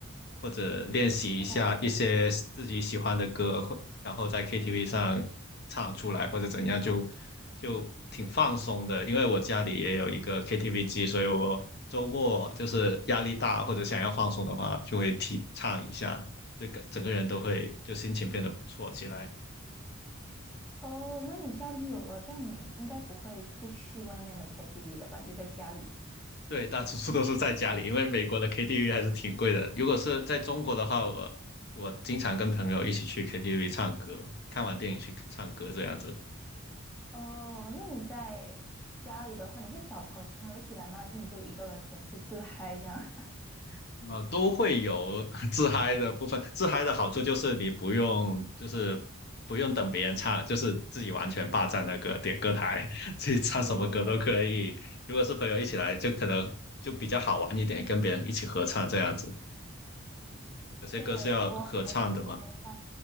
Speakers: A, on the left; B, in the centre.
A: 或者练习一下一些自己喜欢的歌，
B: 啊对，
A: 或然后在 KTV 上唱出来或者怎样，就就挺放松的。因为我家里也有一个 KTV 机，所以我周末就是压力大或者想要放松的话，就会提唱一下。就个整个人都会就心情变得不错起来。
B: 哦，那你家里有了，这样你应该不会出去外面的 KTV 了吧？你就在家里。
A: 对，大多数都是在家里，因为美国的 KTV 还是挺贵的。如果是在中国的话，我我经常跟朋友一起去 KTV 唱歌，看完电影去唱歌这样子，
B: 哦，那你在家里的话，你会找朋友一起来吗？还是你就一个人纯粹自嗨这样？<laughs>
A: 啊，都会有 <laughs> 自嗨的部分。自嗨的好处就是你不用就是不用等别人唱，就是自己完全霸占那个点歌台，<laughs> 自己唱什么歌都可以。
B: 对对对，
A: 如果是朋友一起来，就可能就比较好玩一点，跟别人一起合唱这样子。有些歌是要合唱的嘛，
B: 对，我我自己的话，